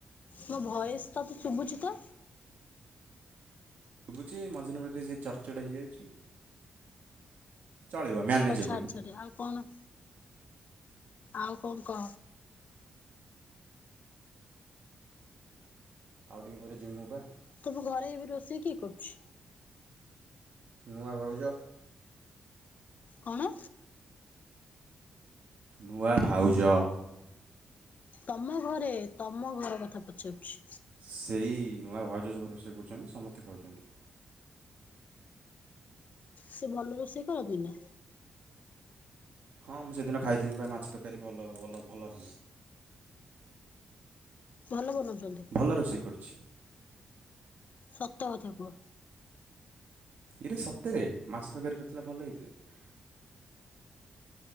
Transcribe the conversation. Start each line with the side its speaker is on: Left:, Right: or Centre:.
Left: ମୋ ଭୟସ୍ ତତେ ଶୁଭୁଛି ତ?
Right: ଶୁଭୁଛି ମଝିରେ ମଝିରେ ଯେ ଚଡ଼ ଚଡ଼ ହେଇଯାଉଛି, ଚଳିବ। ମ୍ୟାନେଜେବୁଲ୍
Left: ହଉ ଛାଡ଼୍ ଛାଡ଼୍ ଆଉ କଣ? ଆଉ କଂକ୍
Right: ଆଉ ଟିକେ ପରେ ଯିମୁ ବା।
Left: ତମ ଘରେ ଏବେ ରୋଷେଇ କିଏ କରୁଚି?
Right: ନୂଆ ଭାଉଜ।
Left: କଣ?
Right: ନୂଆ ଭାଉଜ।
Left: ତମ ଘରେ ତମ ଘର କଥା ପଚାରୁଚି।
Right: ସେଇ ନୂଆ ଭାଉଜ ସବୁ ରୋଷେଇ କରୁଚନ୍ତି ସମସ୍ତେ ଖାଉଚନ୍ତି।
Left: ସେ ଭଲ ରୋଷେଇ କରନ୍ତିୁ ନା।
Right: ହଁ ମୁଁ ସେଦିନ ଖାଇଥିନି ପା ମାଛ ତରକାରୀ ଭଲ ଭଲ ଭଲ
Left: ଭଲ ବନଉଚନ୍ତି।
Right: ଭଲ ରୋଷେଇ କରୁଛି।
Left: ସତ କଥା କୁହ।
Right: ଇରେ ସତରେ ମାଛ ତରକାରୀ କରିଥିଲା ଭଲ ହେଇଥିଲା।